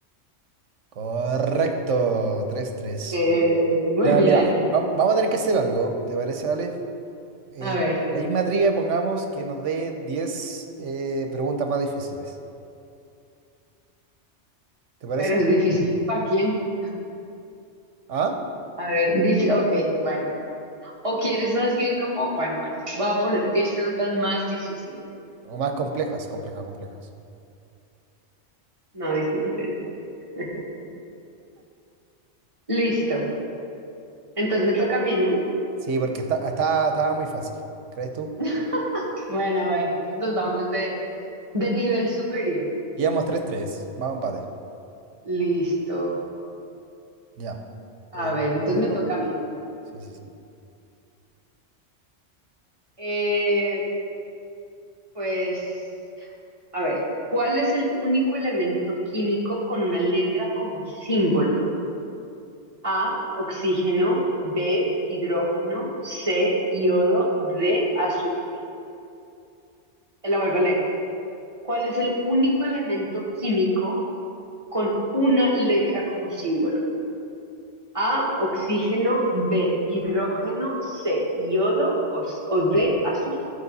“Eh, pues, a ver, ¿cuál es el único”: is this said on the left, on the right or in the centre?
Right